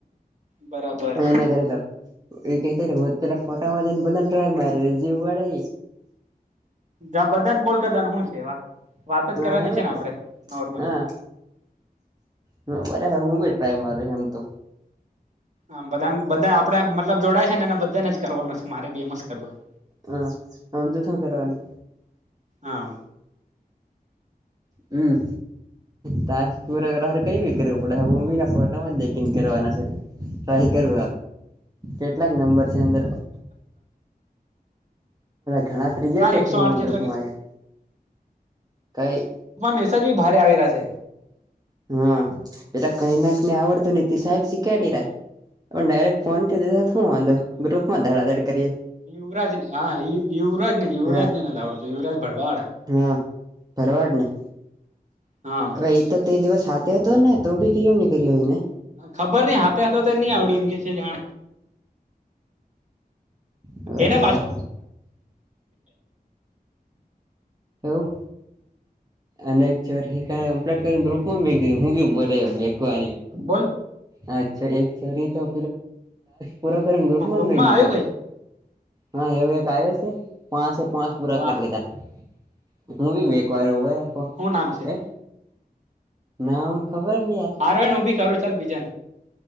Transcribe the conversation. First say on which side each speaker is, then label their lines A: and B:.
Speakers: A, on the right (about 50°); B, on the right (about 25°).
A: બરાબર.
B: અહીંયા ના કરેલો એ કતા હું પેલા ફોટા માં જઈ ને બધાને ડ્રાઈય મારી જીવ વાડે
A: જા બધાને કોલ કરતા શું છે એવા વાત જ
B: હા
A: કરવાની
B: એમ
A: છે
B: જ
A: ને આપડે નોર્મલી
B: હા બરાબર હું બી ટ્રાય માર એમ તો
A: આમ બધાને બધા આપડે મતલબ જોડાય છે ને એને બધાને જ કરવાનો છે મારે બી એમ જ કરવો હોય
B: હા અમ તો થ કરની
A: આમ
B: હમ તકીરારે કઈ ભી કરવીું પડે હું બી ના ફ કરવાના છે ટ્રાય કર કેટલાક નંબર સદરોરો <unintelligible> ઘણા રિજેક્ટ
A: એકસો
B: થઈને
A: આઠ જેટલા
B: ગ્રુપમાંં
A: કે છે
B: આવયા કાઈ
A: માં મેસેજ ભી ભારે આવી રહ્યા છે
B: હા પેલા કઈ ના કને આવડતું નીતિ સાહેબ શીખાડી રા પણ ડાયરેક્ટ ફોન કરી દીધ હું વાંધો ગ્રુપ માં ધડાધડ કરીએ
A: યવરાજ ને હાય યવરાજ ને યુરાજને
B: હા
A: આવડત યુરાજ ભડવાડ
B: હા ભરવાડ ને
A: હા
B: હવે એ તો તે એ દિવસ સાથેહતો ને તો બી ક એમ નીક્યું હોય ને
A: ખબર નહી હાતે હા તો નઈ આવડે એમ કે છે જાણે
B: હવેયાર
A: એને પાછ
B: એવુ અનેક ચોર હ ક કમ્પ્લેટ કરીને ગ્રુપમાં મે દ હું બ મવા
A: બોલ
B: આ એકરી તોે પૂરા કરીને ગ્રુપમાં
A: હું
B: ના દીધો
A: આવ્યું કઈ
B: હા એવું એક આવ્યો છે પાંચ પાંચ પૂરા
A: વાહ
B: કરી લીધા હું બી મે વાર હોયો
A: હું નામ છે
B: એ નામ ખબર ન યાર
A: હાર હું બી કરું ચાલ બીજન